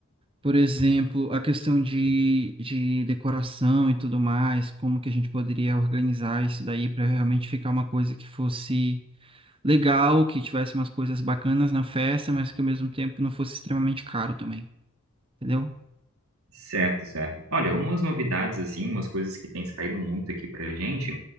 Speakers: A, on the right; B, on the right.
A: Por exemplo, a questão de, de decoração e tudo mais, como que a gente poderia organizar isso daí para realmente ficar uma coisa que fosse legal, que tivesse umas coisas bacanas na festa, mas que ao mesmo tempo não fosse extremamente caro também, entendeu?
B: Certo, certo. Olha, umas novidades, assim, umas coisas que têm saído muito aqui pra gente,